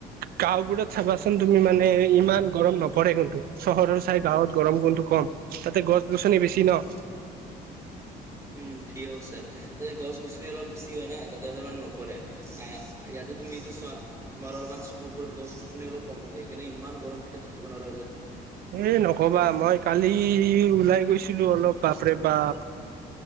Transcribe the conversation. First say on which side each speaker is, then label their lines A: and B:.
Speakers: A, on the right; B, on the right.
A: গাঁওবোৰত চাবাচোন, তুমি মানে ইমান গৰম নপৰে কিন্তু। চহৰৰ চাই গাঁৱত গৰম গুণটো কম তাতে গছ- গছনি বেছি ন।
B: উম ঠিকে কৈছা। তাতে গছ-গছনি অলপ বেছি হয় না তাতে অলপ নপৰে আহ ইয়াতে তুমি এতিয়া চোৱা তোমাৰ অলমান চহৰবোৰত গছ-গছনি অলপ কম থাকে সেইকাৰণে ইমান গৰম থাকে থাকিব নোৱাৰা‌ হৈ যায়।
A: এই নকবা মই কালি ওলাই গৈছিলোঁ অলপ বাপৰে বাপ